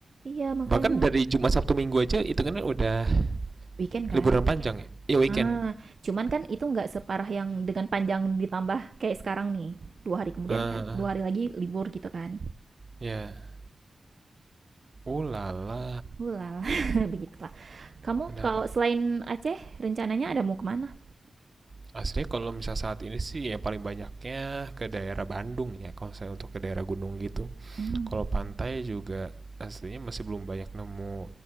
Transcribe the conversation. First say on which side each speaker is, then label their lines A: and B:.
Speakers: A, on the right; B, on the right.
A: iya makanya
B: Bahkan dari Jumat Sabtu Minggu aja itu kan udah
A: weekend
B: liburan
A: kan
B: panjang ya. Iya weekend.
A: ah cuman kan itu nggak separah yang dengan panjang ditambah kayak sekarang nih dua hari kemudian
B: Heeh.
A: kan dua hari lagi libur gitu kan
B: ya. Ulala,
A: Ulala, <laughs> begitulah. Kamu
B: menarik.
A: kalau selain Aceh, rencananya ada mau kemana?
B: Aslinya kalau misal saat ini sih yang paling banyaknya ke daerah Bandung ya kalau saya untuk ke daerah gunung gitu.
A: Hmm,
B: Kalau pantai juga aslinya masih belum banyak nemu